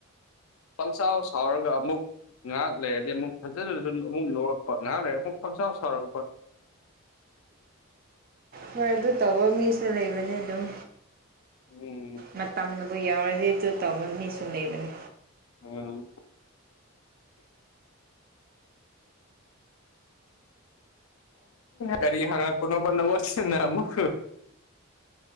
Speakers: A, on the left (about 70°); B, on the right (about 40°).
A: ꯄꯡꯁꯥꯎ ꯁꯥꯎꯔꯒ ꯑꯃꯨꯛ ꯉꯥꯏꯍꯥꯛ ꯂꯩꯔꯗꯤ ꯑꯃꯨꯛ ꯐꯖꯅꯁꯨ ꯑꯃꯨꯛ ꯅꯣꯛꯔꯛꯄ ꯉꯥꯏꯍꯥꯛ ꯂꯩꯔꯒ ꯑꯃꯨꯛ ꯄꯪꯁꯥꯎ ꯁꯥꯎꯔꯛꯄ
B: ꯍꯣꯏ ꯑꯗꯨ ꯇꯧꯕ ꯃꯤꯁꯨ ꯂꯩꯕꯅꯦ ꯑꯗꯨꯝ
A: ꯎꯝ
B: ꯃꯇꯝꯅꯕꯨ ꯌꯧꯔꯗꯤ ꯑꯗꯨ ꯇꯧꯕ ꯃꯤꯁꯨ ꯂꯩꯕꯅꯤ
A: ꯑꯣ ꯀꯔꯤ ꯍꯔꯄꯅꯣꯕ ꯅꯉꯣꯁꯤꯅ ꯑꯃꯨꯛ